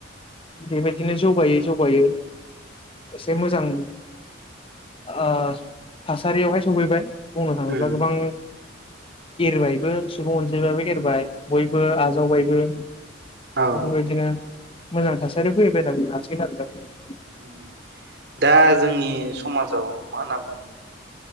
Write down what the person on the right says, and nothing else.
उम
औ
उम दा जोंनि समाजाव मा होनना बुङो